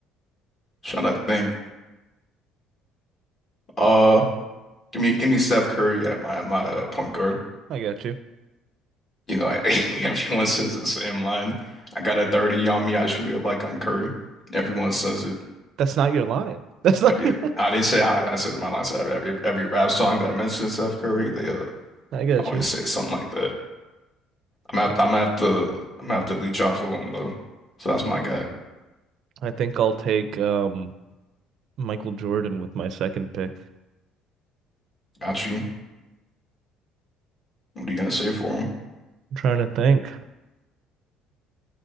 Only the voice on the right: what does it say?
I got you.
That's not your line. <laughs> That's not
your
<laughs> I got
you.
I think
I think I'll take um Michael Jordan with my second pick.
I'm trying to think.